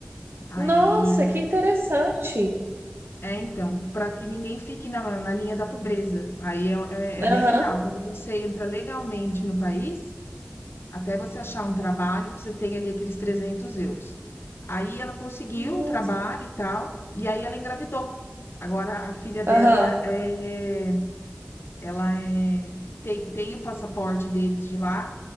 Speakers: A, on the left (about 75°); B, on the right (about 70°).
A: Aí
B: nossa, que interessante.
A: É, então, para que ninguém fique na, na linha da pobreza. Aí é, é- é bem
B: Aham.
A: legal. Quando você entra legalmente no país, até você achar um trabalho, você tem ali aqueles 300 euros. Aí ela conseguiu
B: Nossa.
A: um trabalho e tal, e aí ela engravidou. Agora a filha dela
B: Aham.
A: é, ela é, tem, tem o passaporte deles de lá.